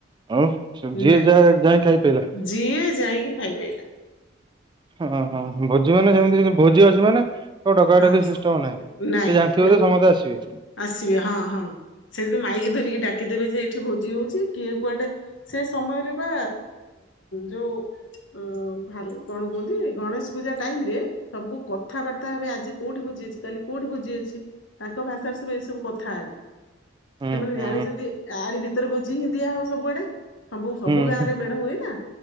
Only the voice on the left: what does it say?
ନା
ଯିଏ ଯାଇକି ଖାଇ ପାଈଲା।
ହଁ
ନାଇଁ
ଲୋକ
ଆସିବେ ହଁ ହଁ, ସେ ଯଦି ମାଇକି ଧରିକି ଡାକିଦେବେ ଯେ ଏଇଠି ଭୋଜି ହଉଛି କିଏ କୁଆଡେ। ସେ ସମୟରେ ପା ଯୋଉ ଉଁ ଭାଲୁ କଣ କୁହନ୍ତି ଏ ଗଣେଶ ପୂଜା ଟାଇମ ରେ ସବୁ କଥାବାର୍ତ୍ତା ହେବେ ଆଜି କୋଉଠି ଭୋଜି ଅଛି କାଲି କୋଉଠି ଭୋଜି ଅଛି ତାଙ୍କ ଭାଷ ସ ସବୁ ଏ ସବୁ କଥା ହେବେ
ସେମାନେ
ଜାଣିଛନ୍ତି ଆରି ଭିତରେ ଭୋଜି ହିଁ ଦିଆହବ ସବୁଆଡେ ସବୁ ସବୁ
ଗାଁ
ରେ ମେଢ ହୁଏ ନା।